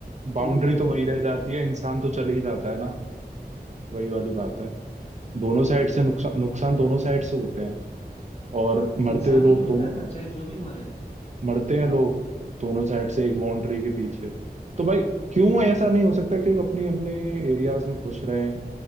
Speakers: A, on the right; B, on the left.
A: बाउंड्री
B: क्यों लड़ते
A: तो वही
B: हैं
A: रह जाती
B: यार
A: है इंसान तो चले ही जाता है ना वही वाली बात है दोनों साइड से नुकसान नुकसान दोनों साइड से होते हैं और मरते
B: इंसान
A: लोग
B: ही मरता
A: दोनों
B: है ना चाहे जो भी मरे
A: मरते हैं लोग दोनों साइड से एक बाउंड्री के पीछे तो भाई क्यों ऐसा नहीं हो सकता कि अपनी अपने एरियाज में खुश रहें